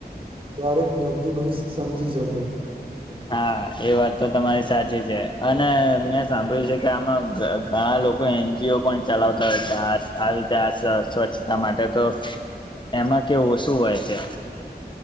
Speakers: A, on the right; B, on the left.
A: દરેક વ્યક્તિ બધું સમજી શકે
B: હા એ વાત તો તમારી સાચી છે અને મેં સાંભળ્યું છે કે આમાં ઘણા લોકો એનજીઓ પણ ચલાવતા હોય છે આ આ રીતે આ સ્વચ્છતા માટે તો એમાં કેવું શું હોય છે